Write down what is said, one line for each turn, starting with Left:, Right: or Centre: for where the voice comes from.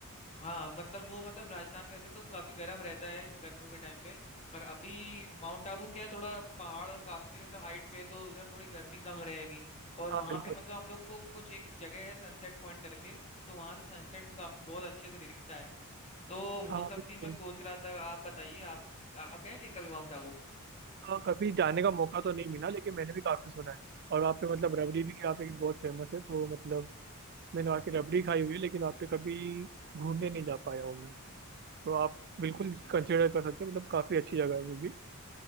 Left: हाँ मतलब वो मतलब राजस्थान वैसे तो काफी गर्म रहता है गर्मियों के टाइम पे पर अभी माउंट आबू क्या है थोड़ा पहाड़ और काफी मतलब हाइट पे है, तो उधर थोड़ी गर्मी कम रहेगी और
Right: हाँ
Left: वहां
Right: बिल्कुल
Left: पे मतलब हम लोग को कुछ एक जगह है सनसेट पॉइंट करके तो वहां से सनसेट भी काफी बहुत अच्छे से दिखता है तो
Right: हाँ
Left: वो सब
Right: बिल्कुल
Left: भी मैं सोच रहा था आप बताइए आप आप गए क्या कभी माउंट आबू
Right: हाँ कभी जाने का मौका तो नहीं मिला लेकिन मैंने भी काफी सुना है और वहाँ पे मतलब रबड़ी भी यहाँ पे बहुत फेमस है तो मतलब मैंने वहाँ की रबड़ी खाई हुई है लेकिन वहाँ पे कभी घूमने नहीं जा पाया हूँ मैं तो आप
Left: अच्छा
Right: बिल्कुल
Left: अच्छा
Right: कंसिडर कर सकते हैं मतलब काफ़ी अच्छी जगह है वो भी